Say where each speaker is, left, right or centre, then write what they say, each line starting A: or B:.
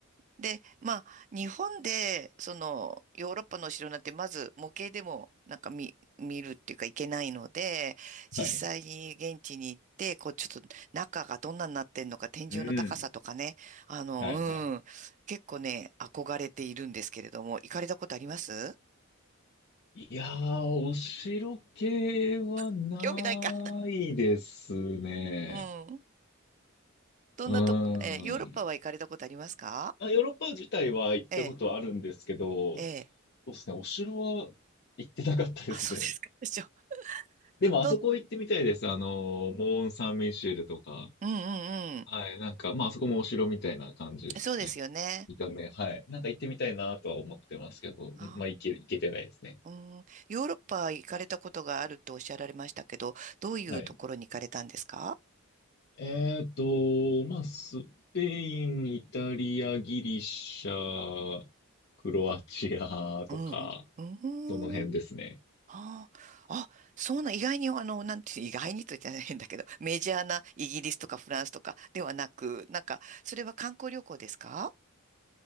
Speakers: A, on the right; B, on the left.
A: で、まあ、日本で、その、ヨーロッパのお城なんて、まず模型でも、なんか見、見るっていうかいけないので、実際に現地に行って、
B: はい。
A: こう、ちょっと中がどんなになってんのか、天井の高さとかね、
B: うん。
A: あの、
B: はいはい。
A: うん、結構ね、憧れているんですけれども、行かれたことあります
B: いやー、お城系はないですね。
A: <laughs> 興味ないか。うん。どんなとこ、
B: うー
A: えーヨーロッパは行かれたことありますか
B: ん。あ、ヨーロッパ自体は行ったことはあるんですけど、
A: ええ、ええ。
B: そうですね、お城は行ってなかったですね。
A: あ、そうですか。<laughs> でしょ。
B: <laughs> でも、
A: ど、どん、
B: あそこ行ってみたいです。
A: ん
B: あの、モーン・サン・ミシェルとか。
A: うんうんう
B: はい、なんか、まあ、あそこもお城みたいな感じですよね。
A: ん。そうですよね。
B: 見た目、はい。なんか行ってみたいなとは思ってますけど、
A: あ、
B: まあ、行け、行けてないですね。
A: うん。ヨーロッパ行かれたことがあるとおっしゃられましたけど、どういうところに行かれたんですか
B: はい。えっと、まあ、スペイン、イタリア、ギリシャ、クロアチアとか、
A: うんうん。
B: その辺ですね。
A: うん。ああ、あ、そうな、意外に、あの、なんて、意外にと言ったら変だけど、メジャーなイギリスとかフランスとかではなく、なんか、それは観光旅行ですか